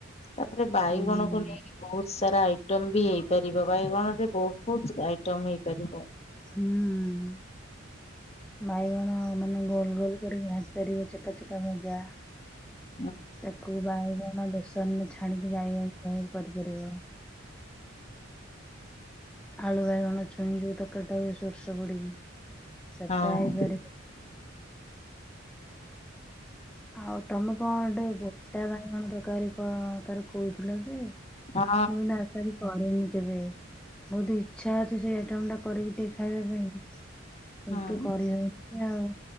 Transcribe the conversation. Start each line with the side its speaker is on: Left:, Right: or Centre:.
Left: ତାପରେ ବାଇଗଣ
Centre: ହୁଁ
Left: କଲେ। ବହୁତ ସାରା ଆଇଟମ ବି ହେଇପାରିବ ବାଇଗଣରେ ବହୁତ ଆଇଟମ ହେଇପାରିବ।
Centre: ହୁଁ। ବାଇଗଣ ମାନେ ଗୋଲ ଗୋଲ କରିକି ଭାଜି ପାରିବ ଚେକା ଚେକା ଭଜା।
Left: <inaudible>
Centre: ତାକୁ ବାଇଗଣ ବେସନ ରେ ଛାଣିକି ବାଇଗଣ ସହ କରିପାରିବ। ଆଳୁ ବାଇଗଣ ଛୁଇଁ ଯୋଉ ତକାରିଟା ହୁଏ ସୋରିଷ ପଡିକି ସେଟା
Left: ହଁ
Centre: ହେଇପାରେ। ଆଉ ତମେ କଣ ଗୋଟେ ଗୋଟା ବାଇଗଣ ତରକାରୀ କ ତାର କହୁଥିଲ ଯେ
Left: ହଁ।
Centre: ମୁଁ ନାସାରି ପଢ଼େନି କେବେ। ବହୁତ ଇଚ୍ଛା ଅଛି ସେଇ ଆଇଟମ ଟା କରିକି ଟିକେ ଖାଇବା ପାଇଁ। କିନ୍ତୁ
Left: ହୁଁ
Centre: କରିହଉଛି ଆଉ